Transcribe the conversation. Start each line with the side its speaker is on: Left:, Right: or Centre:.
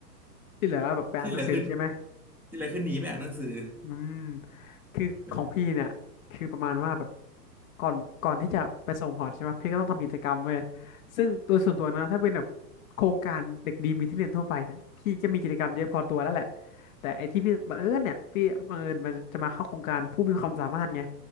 Left: ที่เหลือแบบไปอ่านหนังสือใช่ไหม
Centre: ที่เหลือคือ
Left: <laughs>
Centre: ที่เหลือคือหนีไปอ่านหนังสือ
Left: อืมคือของพี่เนี่ยคือประมาณว่าแบบ
Centre: เออ
Left: ก่อนก่อนที่จะไปส่งพอร์ตใช่ไหม พี่ก็ต้องทำกิจกรรมเว้ยซึ่งตัวส่วนตัวนะ ถ้าเป็นแบบโครงการเด็กดีมีที่เรียนทั่วไปเนี่ยพี่จะมีกิจกรรมเยอะพอตัวแล้วแหละ แต่ไอ้ที่พี่บังเอิญเนี่ย พี่บังเอิญมันจะมาเข้าโครงการผู้มีความสามารถไง